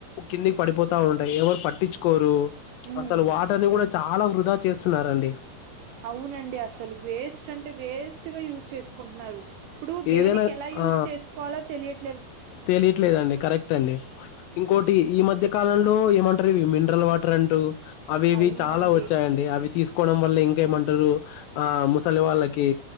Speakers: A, on the left (about 80°); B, on the right (about 80°).
A: కిందికి పడిపోతా ఉంటాయి ఎవరు పట్టించుకోరు
B: ఉమ్
A: అసలు వాటర్నీ గూడా చాలా వృధా చేస్తున్నారండి.
B: అవునండి అసలు వేస్ట్ అంటే వేస్ తుగా యూచ్ చేసుకుంటన్నారు. ఇప్పుడు దేనికి
A: ఏదైనా
B: ఎలా యూచ్
A: ఆ
B: చేసుకోవాలో తెలియాద్
A: తెలియట్లేదండి కరెక్ట్ అండి. ఇంకోటి ఈ మధ్య కాలంలో ఏమంటర్రు. ఇవి మిండ్రాల్ వాటర్ అంటూ అవి ఇవి
B: అవునండి
A: చాలా వచ్చాయండి. అవి తీసుక్ కోడం వల్ల ఇంకేమంటారు. ఆ ముసలి వాళ్ళకి